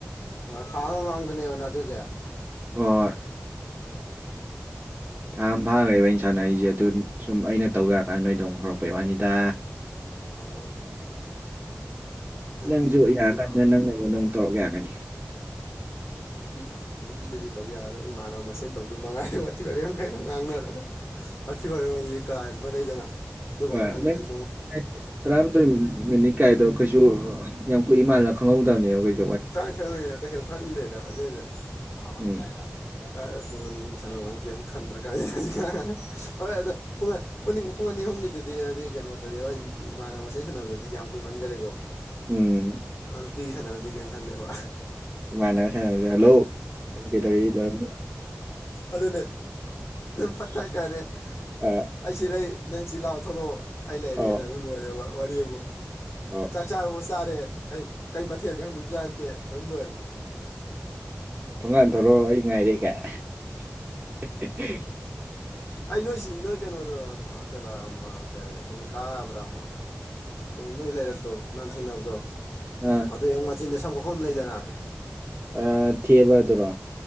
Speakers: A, on the left; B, on the right.
A: ꯑꯣ ꯊꯥ ꯑꯃꯥꯒꯤ ꯃꯃꯥꯡꯗꯅꯦꯕ ꯅꯪ ꯑꯗꯨꯏꯖꯦ
B: ꯑꯣ ꯊꯥ ꯑꯃ ꯐꯥꯈ꯭ꯔꯦꯕ ꯑꯩꯅ ꯁꯥꯟꯅꯔꯤꯁꯦ ꯑꯗꯨ ꯁꯨꯝ ꯑꯩꯅ ꯇꯧ ꯌꯥꯔꯀꯥꯟꯗ ꯅꯣꯏꯗ ꯑꯃꯨꯛ ꯍꯧꯔꯛꯄꯩ ꯋꯥꯅꯤꯗ
A: ꯑꯣ ꯑꯗꯨꯗꯤ
B: ꯅꯪꯁꯨ ꯌꯥꯔꯀꯥꯟꯗ
A: ꯌꯥ
B: ꯅꯪ ꯑꯩꯉꯣꯟꯗ ꯑꯃꯨꯛ ꯇꯧꯔꯛ ꯌꯥꯒꯅꯤ
A: ꯎ ꯅꯨꯄꯤ ꯅꯨꯄꯤꯗꯨꯗꯤ ꯇꯧ ꯌꯥꯔꯣꯏ ꯏꯃꯥꯅꯕ ꯃꯁꯦꯟ ꯇꯧꯗꯧ ꯃꯉꯥꯏꯔꯦ ꯋꯥꯊꯤ ꯕꯥꯔꯦꯝ ꯍ ꯉꯥꯡꯅꯔꯒ ꯋꯥꯊꯤ ꯋꯥꯔꯦꯝ ꯀꯥ ꯍꯦꯟꯕ ꯂꯩꯗꯅ ꯑꯗꯨꯝꯕ
B: ꯑ
A: ꯉꯥꯡꯍꯟꯗꯗꯅ
B: ꯅꯪ
A: ꯁꯨꯝ
B: ꯇꯔꯥꯃꯥꯊꯣꯏ ꯃꯤꯅꯤꯠ ꯀꯥꯏꯗꯣ ꯀꯩꯁꯨ ꯌꯥꯝ ꯀꯨꯏꯕ ꯃꯥꯥꯟꯂꯅ ꯈꯪꯍꯧꯗꯕꯅꯦꯕ ꯀꯩ
A: ꯇꯥꯡꯁ ꯀꯩꯁꯨ ꯈꯟꯗꯦꯗ ꯑꯗꯨꯏꯗꯤ ꯄꯋꯥ
B: ꯎꯝ
A: ꯐꯥꯅꯕ ꯄꯤꯔꯛꯑꯒꯦ ꯅ ꯀꯥꯏ ꯄꯨꯡ ꯑꯅꯤꯃꯨꯛ ꯁꯥꯟꯅꯕꯕꯧ ꯀꯩꯝ ꯈꯟꯗ꯭ꯔꯥ ꯀꯥꯟꯖꯤꯗ ꯍꯣꯏ ꯑꯗꯨꯝ ꯄꯨꯡ ꯄꯨꯅꯤꯡ ꯄꯨꯡ ꯑꯅꯤ ꯑꯍꯨꯝꯒꯤꯗꯨꯗꯤ ꯍꯥꯏꯗꯤ ꯀꯩꯅꯣꯗꯗꯤ ꯍꯣꯏ ꯏꯃꯥꯟꯅꯕ ꯃꯁꯦꯟ ꯁꯥꯟꯅꯕꯗꯗꯤ ꯌꯥꯝ ꯀꯨꯏꯃꯟꯒꯔꯦꯀꯣ
B: ꯎꯝ
A: ꯑ ꯅꯨꯄꯤꯒ ꯁꯥꯟꯅꯕꯗꯤ ꯀꯩꯃ ꯈꯟꯗꯦꯕ
B: ꯏꯃꯥꯟꯅꯕ ꯁꯥꯟꯅꯕꯖꯦ ꯍꯜꯂꯣ ꯅꯪ ꯀꯩꯗꯧꯔꯤ ꯂꯣꯏꯔꯅꯤ
A: ꯑꯗꯨꯅꯦ ꯐꯠ ꯀꯛꯈꯔꯅꯤ
B: ꯑ
A: ꯑꯩ ꯁꯤ ꯂꯩ ꯅꯪ ꯁꯤ ꯂꯥꯎ ꯊꯣꯛꯂꯛꯑꯣ ꯑꯩ ꯂꯩꯔꯦꯅ
B: ꯑꯧ
A: ꯑꯗꯨꯝ ꯂꯣꯏꯔꯦꯕ ꯋꯥꯔꯤꯕꯨ
B: ꯑ
A: ꯆꯥꯛ ꯆꯥꯔꯕꯨ ꯆꯥꯔꯦ ꯀꯣꯌꯨ ꯀꯩ ꯃꯊꯦꯜ ꯈꯪꯕꯤꯕꯖꯥꯅꯠꯇꯦ ꯑꯗꯨꯝ ꯂꯣꯏꯔ
B: ꯊꯣꯡꯉꯥꯟ ꯊꯣꯔꯣꯑꯣ ꯑꯩ ꯉꯥꯏꯔꯦꯒꯥꯏ <inaudible>
A: ꯑꯩ ꯅꯣꯏ ꯁꯤ ꯅꯣꯏ ꯀꯩꯅꯣꯗꯣ ꯎꯝ ꯑ ꯀꯦꯕ ꯎꯝ ꯑ ꯀꯩ ꯃꯨꯅꯤꯀꯥ ꯍꯥꯕ꯭ꯔꯃ ꯍꯣꯏ ꯅꯣꯏ ꯂꯩꯔꯛꯇꯣ ꯅꯍꯥꯟ ꯊꯦꯡꯅꯕꯗꯣ
B: ꯑ
A: ꯑꯗꯨꯏ ꯍꯦꯛ ꯃꯆꯤꯟꯗ ꯁꯪꯝꯀꯛꯐꯝ ꯂꯩꯗꯅ
B: ꯑ ꯊꯦꯕꯗꯨꯔꯣ